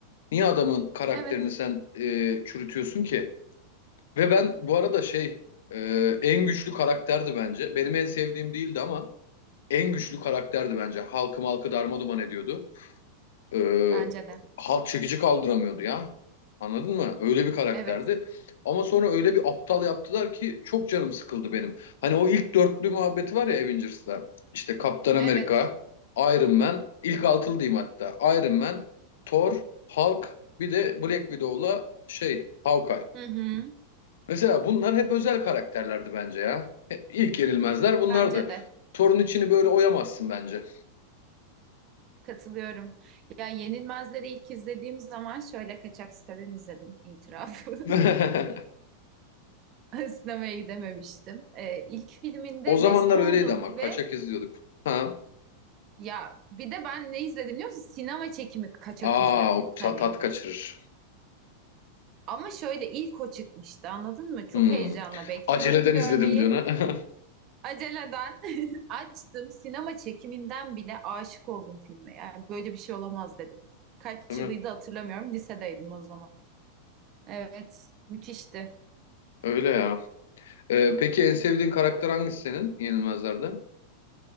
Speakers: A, on the left; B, on the right.
A: niye adamın karakterini
B: Evet.
A: sen e, çürütüyorsun ki? Ve ben bu arada şey e, en güçlü karakterdi bence. Benim en sevdiğim değildi ama en güçlü karakterdi bence. Halkı malkı darma duman ediyordu. Ee,
B: Bence de.
A: halk çekici kaldıramıyordu ya. Anladın mı? Öyle bir karakterdi.
B: Evet.
A: Ama sonra öyle bir aptal yaptılar ki çok canım sıkıldı benim. Hani o ilk dörtlü muhabbeti var ya Avengers'ta. İşte Kaptan Amerika,
B: Evet.
A: Iron Man, ilk altılı diyeyim hatta. Iron Man, Thor, Hulk, bir de Black Widow'la şey Hawkeye.
B: Hı hı.
A: Mesela bunlar hep özel karakterlerdi bence ya. He- İlk yenilmezler bunlardı.
B: Bence de.
A: Thor'un içini böyle oyamazsın bence.
B: Katılıyorum. Ya Yenilmezleri ilk izlediğim zaman şöyle kaçak siteden izledim itiraf. <laughs>
A: <laughs>
B: Sinemaya gidememiştim. Ee, ilk filminde
A: O
B: mest
A: zamanlar
B: oldum
A: öyleydi ama
B: ve
A: kaçak izliyorduk. Ha.
B: ya bir de ben ne izledim biliyor musun? Sinema çekimi kaçak
A: Aa,
B: izledim.
A: o ta-
B: Hani
A: tat kaçırır.
B: ama şöyle ilk o çıkmıştı anladın mı? Çok
A: Hmm.
B: heyecanla bekliyorum
A: Aceleden
B: görmeyi.
A: izledim diyor ne? <laughs>
B: Aceleden <laughs> açtım. Sinema çekiminden bile aşık oldum filme. Yani böyle bir şey olamaz dedim. Kaç
A: Değil
B: yılıydı
A: mi?
B: hatırlamıyorum. Lisedeydim o zaman. Evet, müthişti.
A: Öyle ya. Ee, peki en sevdiğin karakter hangisi senin Yenilmezler'de?